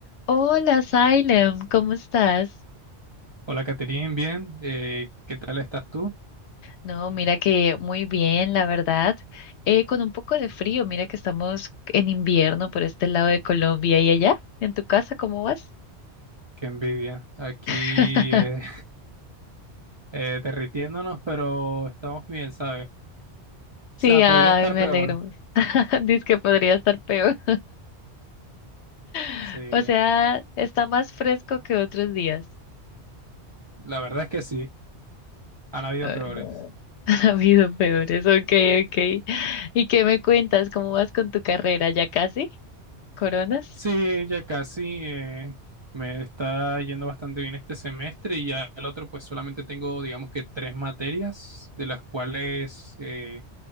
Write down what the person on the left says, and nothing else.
Hola, Salem, ¿cómo estás?
No, mira que muy bien, la verdad. Eh, con un poco de frío, mira que estamos en invierno por este lado de Colombia y allá, en tu casa, ¿cómo vas?
<laughs>
Sí, ay,
me
alegro. <laughs> Dice que podría estar peor. <laughs>
O sea, está más fresco que otros días.
Ah,
<laughs> Ha habido peores, ok, ok. ¿Y qué me cuentas? ¿Cómo vas con tu carrera? ¿Ya casi? ¿Coronas?